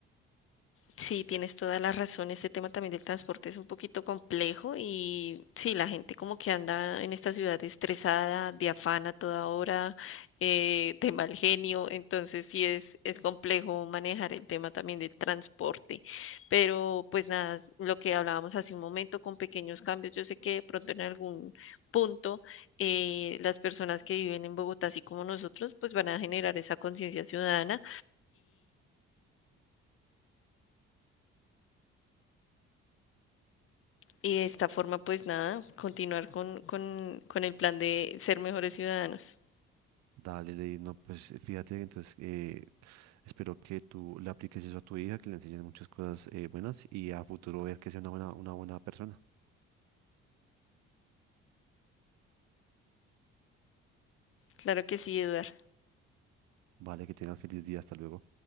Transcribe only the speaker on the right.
Dale, Lady, no, pues fíjate, entonces eh, espero que tú le apliques eso a tu hija, que le enseñes muchas cosas eh, buenas y a futuro ver que sea una buena, una buena persona.
Vale, que tengas feliz día, hasta luego.